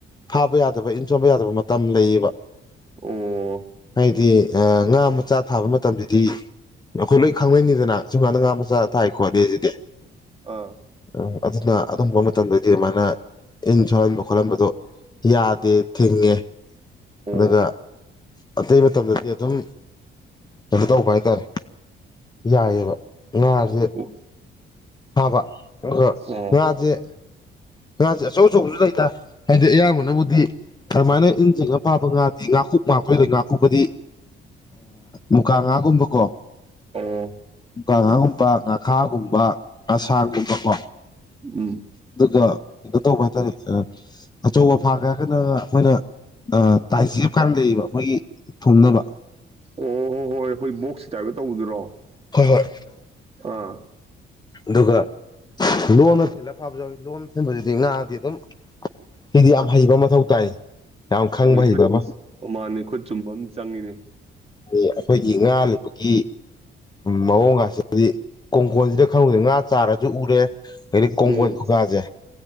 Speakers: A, on the left; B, on the right.
A: ꯐꯥꯕ ꯌꯥꯗꯕ ꯏꯟ ꯁꯣꯟꯕ ꯌꯥꯗꯕ ꯃꯇꯝ ꯂꯩꯌꯦꯕ
B: ꯑꯣ
A: ꯍꯥꯏꯗꯤ ꯉꯥ ꯃꯆꯥ ꯊꯥꯕ ꯃꯇꯝꯁꯤꯗꯤ ꯑꯩꯈꯣꯏ ꯂꯣꯏ ꯈꯪꯅꯅꯤꯗꯅ ꯁꯨꯝꯀꯥꯟꯗ ꯉꯥ ꯃꯆꯥ ꯇꯥꯏꯈꯣꯅꯦꯦꯗꯦ
B: ꯑꯥ
A: ꯑ ꯑꯗꯨꯅ ꯑꯗꯨꯝꯕ ꯃꯇꯝꯗꯗꯤ ꯑꯗꯨꯃꯥꯏꯅ ꯏꯟ ꯁꯣꯍꯟꯕ ꯈꯣꯠꯍꯟꯕ ꯣ ꯌꯥꯗꯦ ꯊꯦꯡꯉꯦ
B: ꯑꯣ
A: ꯑꯗꯨ ꯀ ꯑꯇꯩ ꯃꯇꯝꯗꯗꯤ ꯑꯗꯨꯝ ꯀꯩꯅꯣ ꯇꯧꯕ ꯍꯥꯏꯇꯥꯔꯦ ꯌꯥꯏꯌꯦꯕ ꯉꯥꯁꯦ
B: ꯑꯣ
A: ꯐꯥꯕ ꯑ
B: ꯑꯣ
A: ꯉꯁꯦ ꯉꯥꯁꯦ ꯑꯆꯧ ꯑꯆꯧꯕꯁꯨ ꯂꯩꯇ ꯍꯥꯏꯗꯤ ꯑꯌꯥꯝꯕꯅꯕꯨꯗꯤ ꯑꯗꯨꯃꯥꯏꯅ ꯏꯟꯁꯤꯡꯦꯛꯅ ꯐꯥꯕ ꯉꯥꯗꯤ ꯉꯥꯀꯨꯞ ꯉꯥꯛꯇꯣꯏꯗ ꯉꯥꯀꯨꯞꯄꯗꯤ ꯃꯨꯀꯥ ꯉꯥꯒꯨꯝꯕꯀꯣ
B: ꯑꯣ
A: ꯃꯨꯀꯥꯉꯥꯒꯨꯝꯕ ꯉꯥꯈꯥꯒꯨꯝꯕ ꯉꯁꯥꯡꯒꯨꯝꯕꯀꯣ
B: ꯎꯝ
A: ꯑꯗꯨꯒ ꯀꯩꯅꯣ ꯇꯧꯕ ꯍꯥꯏ ꯇꯔꯦ ꯑꯆꯧꯕ ꯐꯥꯒꯦ ꯍꯥꯏꯔꯒꯅ ꯑꯩꯈꯣꯏꯅ ꯇꯥꯏꯁꯤꯞꯀꯥꯟꯗꯩꯕ ꯑꯩꯈꯣꯏꯒꯤ ꯊꯨꯝꯅꯕ
B: ꯑꯣ ꯍꯣ ꯍꯣꯏ ꯍꯣꯏ ꯑꯩꯈꯣꯏ ꯕꯣꯛꯁꯤ ꯀꯥꯏꯕ ꯇꯧꯕꯗꯨꯔꯣ
A: ꯍꯣꯏ ꯍꯣꯏ
B: ꯑꯥ
A: ꯑꯗꯨꯒ ꯂꯣꯟꯅ ꯊꯤꯂꯒ ꯐꯕꯁꯨꯎꯋꯏ ꯂꯣꯟꯅ ꯊꯤꯟꯕꯁꯤꯗꯤ ꯉꯥꯗꯤ ꯑꯗꯨꯝ ꯁꯤꯗꯤ ꯌꯥꯝ ꯍꯩꯕ ꯃꯊꯧ ꯇꯥꯏ ꯌꯥꯝ ꯈꯪꯕ
B: ꯍꯣꯏ
A: ꯍꯩꯕ
B: ꯈꯨꯠ
A: ꯑꯃ
B: ꯃꯥꯟꯅꯤ ꯈꯨꯠ ꯆꯨꯝꯕ ꯑꯃ ꯆꯪꯉꯤꯅꯦ
A: ꯑ ꯑꯩꯈꯣꯏꯒꯤ ꯉꯥ ꯂꯨꯕꯒꯤ ꯃꯑꯣꯡꯉꯥꯁꯦ ꯑꯗꯨꯗꯤ ꯀꯣꯟꯀꯣꯟꯖꯤꯗ ꯈꯪꯗꯦ ꯉꯥ ꯆꯥꯔꯖꯨ ꯎꯔꯦ ꯑꯗꯩꯗꯤ ꯀꯣꯡꯒꯣꯟ
B: ꯎꯝ
A: ꯈꯨꯀꯥꯖꯦ